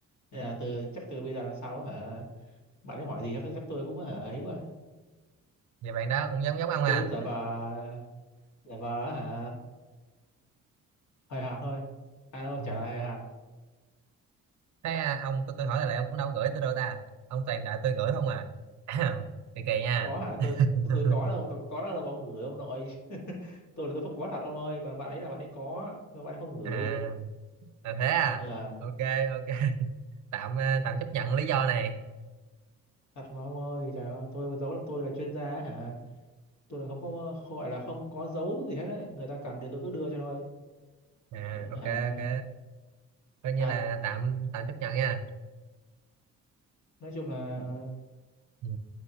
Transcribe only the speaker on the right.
vậy bạn đó cũng giống giống ông
à
Ừ.
thế à, ông tôi, tôi hỏi là lại ông cũng đâu có gửi tôi đâu ta ông toàn đợi tôi gửi không à <clears throat> <coughs> kỳ kỳ nha
<laughs>
à là thế à
ok ok tạm ờ, tạm chấp nhận lý do này
à
ok ok coi như
là tạm tạm chấp nhận nha
Ừ.